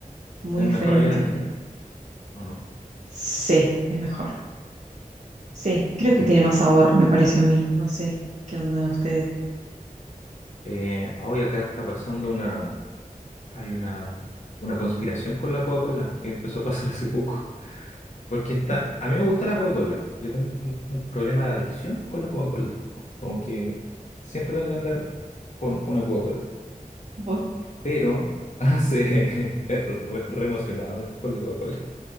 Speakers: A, on the right (about 55°); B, on the left (about 55°).
A: muy
B: es
A: diferente.
B: mejor allá en Argentina, ¿o no?
A: Sí, es mejor. Sí, creo
B: Mm.
A: que tiene más sabor, me pareció a mí. No sé qué onda de ustedes.
B: Eh, hoy acá está pasando una, hay una, una conspiración con la Coca-Cola que empezó a pasar hace poco. Porque está,
A: <laughs>
B: a mí me gusta la Coca-Cola. Yo tengo problema de adicción con la Coca-Cola. Como que siempre tengo que andar con una Coca-Cola.
A: Bueno,
B: Pero hace <laughs> re, re emocionado con la Coca-Cola.